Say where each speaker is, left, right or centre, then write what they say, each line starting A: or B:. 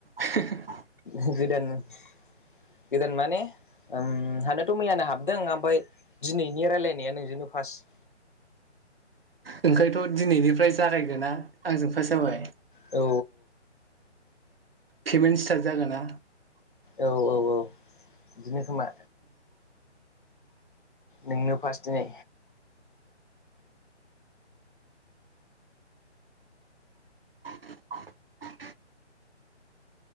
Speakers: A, on the right; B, on the left.
A: ओहो
B: ओ गोदाननो <unintelligible> गोदोन माने ओम हाबनायाथ मैयानो हाबदों ओमफ्राय दिनैनि रायलायनाया नोंजोंनो फार्स्ट।
A: ओंखायथ' दिनैनिफ्राय जागायगोना आंजों फार्स्ट जाबाय
B: औ
A: पेमेन्ट स्टार्ट जागोन ना <unintelligible>
B: औ औ औ बिदिनो खोमा। नोंनो फार्स्ट दिनै
A: <inaudible>